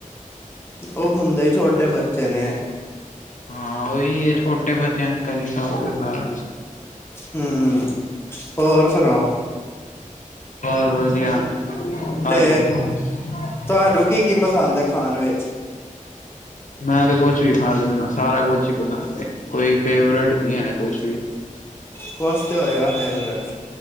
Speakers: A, on the left; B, on the left.
A: ਉਹ ਹੁੰਦੇ ਹੀ ਛੋਟੇ ਬੱਚੇ ਨੇ।
B: ਹਾਂ ਉਹੀ ਹੈ ਛੋਟੇ ਬੱਚਿਆਂ ਕਰੀ ਸਾਂਭ ਸੰਭਾਲ।
A: ਹਮ, ਹੋਰ ਸੁਣਾਓ
B: ਬਹੁਤ ਵਧੀਆ, ਹਾਂਜੀ
A: ਤੇ
B: <unintelligible>
A: ਤੁਹਾਨੂੰ ਕੀ -ਕੀ ਪਸੰਦ ਹੈ ਖਾਣ ਵਿੱਚ
B: ਮੈਂ ਤੇ ਕੁਛ ਵੀ ਖਾ ਲੈਦਾ ਸਾਰਾ ਕੁਛ ਹੀ ਪਸੰਦ ਹੈ ਕੋਈ ਫੇਵਰੇਟ ਨੀ ਹੈ ਕੁਝ ਵੀ
A: ਕੁਝ ਤੇ ਹੋਏਗਾ ਫੇਵਰੇਟ